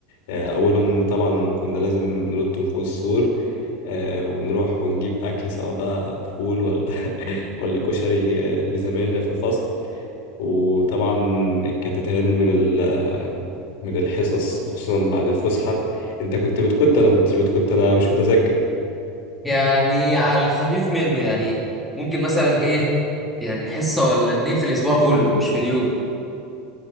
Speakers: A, on the left; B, in the centre.
A: آه، أولهم طبعا كنا لازم ننط من فوق السور آه، ونروح ونجيب أكل سواء بقى فول ولا ولا كشري آه، لزمايلنا في الفصل وطبعا الكتتان من ال آه، من الحصص خصوصا بعد الفسحة انت كنت بتكت انا ما كنتش بتكت انا مش متذكر
B: يعني على الخفيف منه يعني ممكن مثلا ايه يعني حصه ولا اتنين في الاسبوع كله مش في اليوم